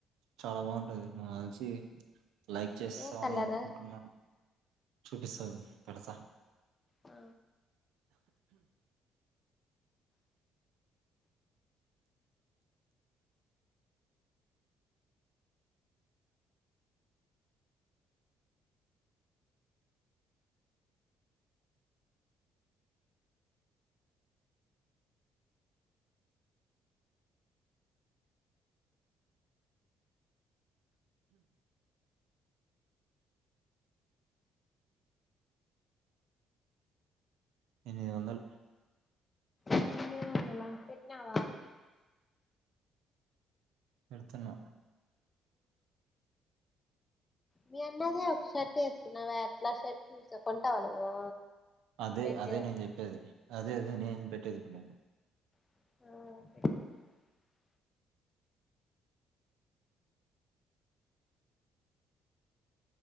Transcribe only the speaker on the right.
చాలా బాగుంటది నువ్వు నాకు తెలిసి లైక్ చేస్తావని
అనుకుంటున్నా చూపిస్త పెడతా
ఎనిమిది వందల్
పెడ్తున్న
అదే
అదే నేను చెప్పేది అదే అదే నే పెట్టేది ఇప్పుడు నీకు